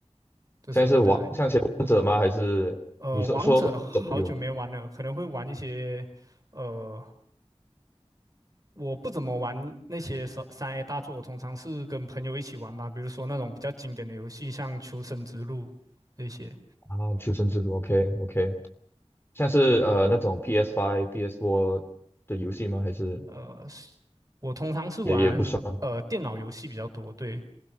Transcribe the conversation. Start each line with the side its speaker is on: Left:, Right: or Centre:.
Right: 这是我的
Left: 像是王像是王者吗？还是你说说是手游
Right: 呃，王者好久没玩了，可能会玩一些，呃，我不怎么玩那些三三 A 大作，我通常是跟朋友一起玩吧，比如说那种比较经典的游戏，像《求生之路》这些。
Left: 啊？求生之路，OK OK。像是呃那种 PS y PS Four 的游戏吗？还是
Right: 呃，是我通常是玩呃电脑游戏比较多，
Left: 也也不算
Right: 对，